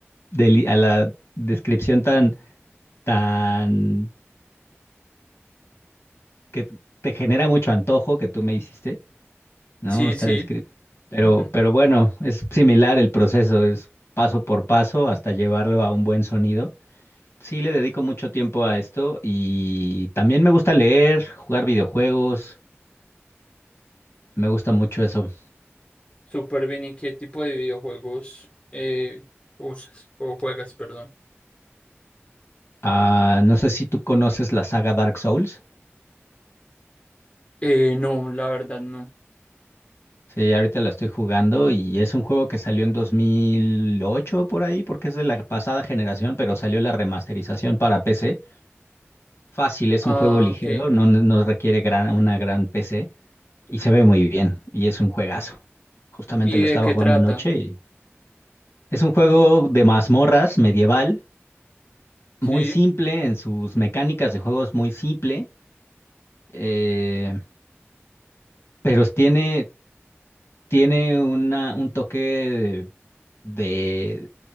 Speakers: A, on the left (about 65°); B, on the left (about 25°).
A: deli- a la descripción tan, tan, que te genera mucho antojo que tú me hiciste, ¿no?
B: sí,
A: Esta
B: sí.
A: descrip- Pero,
B: <laughs>
A: pero bueno, es similar el proceso, es paso por paso hasta llevarlo a un buen sonido. Sí le dedico mucho tiempo a esto y también me gusta leer, jugar videojuegos, me gusta mucho eso.
B: Súper bien, ¿y qué tipo de videojuegos eh, usas o juegas, perdón?
A: Ah, no sé si tú conoces la saga Dark Souls.
B: Eh, no, la verdad no.
A: Sí, ahorita la estoy jugando y es un juego que salió en 2008 por ahí, porque es de la pasada generación, pero salió la remasterización para PC. Fácil, es
B: Ah,
A: un juego ligero,
B: ok.
A: no, no no requiere gran, una gran PC y se ve muy bien y es un juegazo. Justamente
B: ¿Y
A: lo
B: de
A: estaba
B: qué
A: jugando
B: trata?
A: anoche y es un juego de mazmorras medieval,
B: Sí,
A: muy simple en sus mecánicas de juego es muy simple, eh, pero tiene, tiene una, un toque de